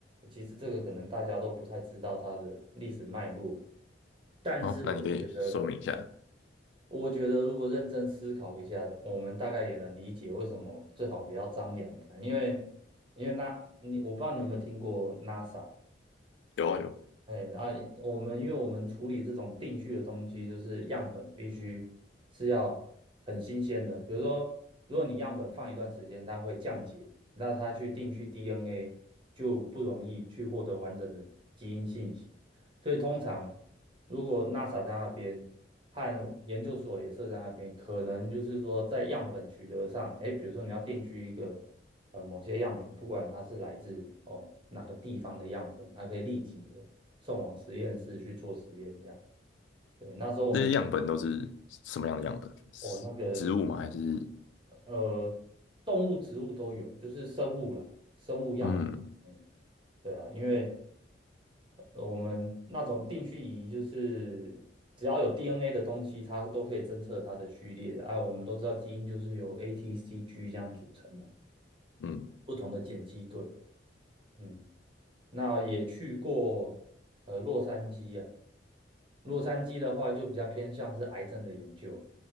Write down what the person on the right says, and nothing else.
其实这个可能大家都不太知道它的历史脉络，但是我觉得，
我觉得如果认真思考一下，我们大概也能理解为什么最好不要张扬了、因为因为那你我不知道你有没有听过 NASA，
哎啊，我们因为我们处理这种定序的东西，就是样本必须是要很新鲜的。比如说，如果你样本放一段时间，它会降解，那它去定序 DNA 就不容易去获得完整的基因信息。所以通常，如果 NASA 在那边和研究所也设在那边，可能就是说在样本取得上，哎，比如说你要定居一个呃某些样本，不管它是来自哦哪个地方的样本，它可以立即送往实验室去做实验，这样。对，那时候我们
哦，那个
呃，动物、植物都有，就是生物啦，生物样本。
嗯，对啊，因为呃我们那种定序仪就是只要有 DNA 的东西，它都可以侦测它的序列啊。我们都知道基因就是由 A、T、C、G 这样组成嘛，
不同的碱基对。嗯，那也去过呃洛杉矶呀。洛杉矶的话就比较偏向是癌症的研究，